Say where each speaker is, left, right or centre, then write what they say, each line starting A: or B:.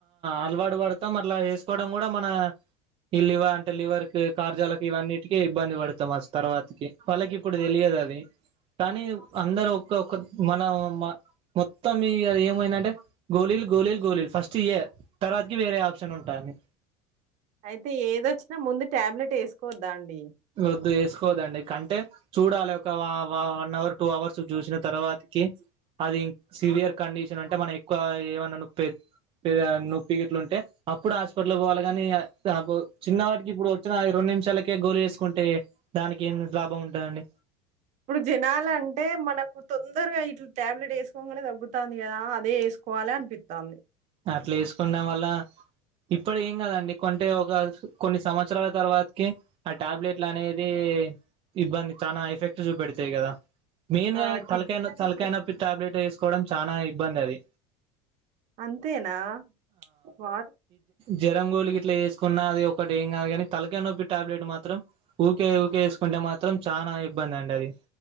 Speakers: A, on the right; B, on the right.
A: అలవాటు పడుతం అట్లా ఎస్ కోవడం కూడా మన ఈలివ అంటే లివర్ కు కార్జాలకు ఇవన్నిటికి ఇబ్బంది పడుతాం తర్వాతకి వాళ్ళకి ఇప్పుడు తెలియదు అద్ ది కానీ అందరు
B: ఆ!
A: ఒక్క ఒక మనం మ మొత్తం ఇ ఏమైందంటే గోలీలు గోలీలు గోలీలు ఫస్ట్ ఇయ్యే తర్వాతికి వేరే అప్షన్ ఉంటంది
B: అయితే ఏదొచ్చినా ముందు టాబ్లెట్ వేసుకోవద్దా అండి
A: వద్దు ఎస్ కోదండి కంటే చూడాలి ఒక వ వన్ అవర్ టూ అవర్స్ చూసిన తర్వాతకి అది సివియర్ కండిషన్ అంటే మన ఎక్కువ ఏమన్నా నోప్పే నొప్పిగిట్ల ఉంటే అప్పుడు హాస్పిటల్ పోవాలి కానీ చిన్నవాటికి ఇప్పుడు వచ్చిన రెండు నిమిషాలకే గోలి వేసుకుంటే దానికి ఏం లాభం ఉంటుందండి
B: ఇప్పుడు జనాాల అంటే మనకు తొందరగా ఇట్ల టాబ్లెట్ వేసుకోనే తగ్గుతాంది కదా అదే ఎస్ కోవాలి అనిపితాంది
A: అట్లా వేసుకోండం వల్ల ఇప్పుడు ఏం కాదండి కొంటే ఒక కొన్ని సంవత్సరాల తర్వాతకి ఆ టాబ్లెట్లు అనేది ఇబ్బంది చాలా ఎఫెక్ట్ చూపెడతాయి కదా మెయిన్గా
B: ఆ! కిడ్నీల
A: తలకా తలకా
B: మీద
A: నొప్పి టాబ్లట్ వే కోవడం చానా ఇబ్బంది అది
B: అంతేనా వా
A: జ్వరంగోలి ఇట్లా వేసుకున్న అది ఒకటి ఏం కాదు కానీ తలకాయి నొప్పి టాబ్లెట్ మాత్రం ఊకే ఊకేసుకు ఉంటే మాత్రం చానా ఇబ్బంది అండి అది